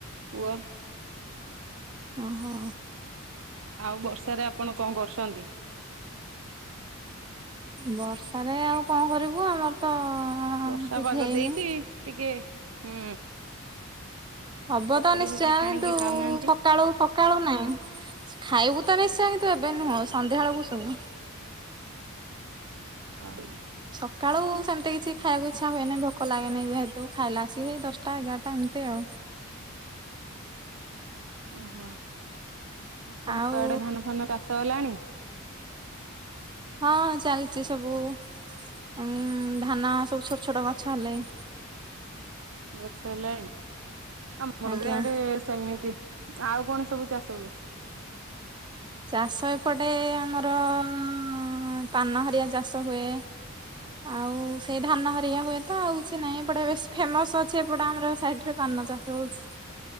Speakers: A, on the right; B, on the right.
A: ପୁଅ
B: ଓହୋ।
A: ଆଉ ବର୍ଷାରେ ଆପଣ କଁ କରୁସନ୍ତି?
B: ବର୍ଷାରେ ଆଉ କଁ କରିବୁ ଆମର ତ
A: ବର୍ଷା
B: କିଛି
A: ପାଗ
B: ହେଇନି।
A: ଦେଇଚି ଟିକେ ହୁଁ
B: ହବ
A: ପକୋଡି
B: ତ ନିଶ୍ଚୟ,
A: ଫକୋଡି ଛାଣିକି
B: କିନ୍ତୁ
A: ଖାଉନାହାନ୍ତି
B: ସ କାଳୁ ସକାଳୁ ନାଇଁ। ଖାଇବୁ ତ ନିଶ୍ଚୟ କିନ୍ତୁ ଏବେ ନୁହଁ ସନ୍ଧ୍ୟାବେଳକୁ ସବୁ।
A: ଅ ହୋ।
B: ସକାଳୁ ସେମିତି କିଛି ଖାଇଆକୁ ଇଚ୍ଛା ହୁଏନେଇ ଭୋକ ଲାଗେନେଇ ଯେହେତୁ ଖାଇଲା ଆସିକି ସେଇ ଦଶଟା ଏଗାରଟା ଏମତି ଆଉ।
A: ଓହୋ। ଆପଣଙ୍କ
B: ଆଉ
A: ଆଡେ ଧାନ ଫାନ ଚାଷ ହେଲାଣି?
B: ହଁ ଚାଲିଛି ସବୁ। ଉମ୍ ଧାନ ସବୁ ଛୋଟ ଛୋଟ ଗଛ ହେଲେଇଁ।
A: ଗଛ ହେଲାଣି? ଆମର
B: ଆଜ୍ଞା।
A: ବି ଆଡେ ସେମିତି। ଆଉ କଣ ସବୁ ଚାଷ ହୁଏ?
B: ଚାଷ ଏପଟେ ଆମର ଅ ପାନ ହେରିଆ ଚାଷ ହୁଏ ଆଉ ସେଇ ଧାନ ହେରିକା ହୁଏ ତ ଆଉ କିଛି ନାହିଁ। ଏପଟେ ବେଶୀ ଫେମସ ଅଛି ଏପଟେ ଆମର ସାଇଟ୍ ରେ ପାନ ଚାଷ ହଉଛି।